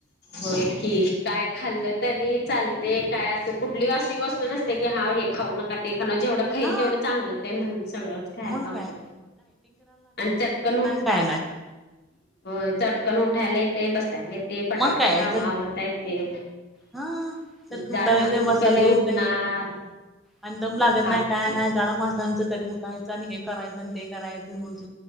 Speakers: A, on the left (about 55°); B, in the centre.
A: होय कि काय खाल्ल तरी चालतय काय अस कुठली अशी गोष्ट नसत्या कि हा हे खाऊ नका ते खाऊ नका. जेवढ खाईल
B: हा
A: तेवढ चांगल ते. म्हणून सगळंच खायला
B: मग
A: लावत्यात.
B: काय
A: आणि चटकन उ
B: हाय ना
A: होय चाटकन उठायला येतय. बसायला येतय. पटापटा
B: मग काय
A: काम
B: तर
A: आवरता येतय.
B: हा सरकी
A: जाड
B: उठायला
A: माणसांच
B: येते बसायला
A: कधी उठणार
B: येते आणि दम लागत
A: हाट
B: नाही काय
A: ते
B: नाही. जाड माणसांच कधी उठायच आणि हे करायच आणि ते करायच होत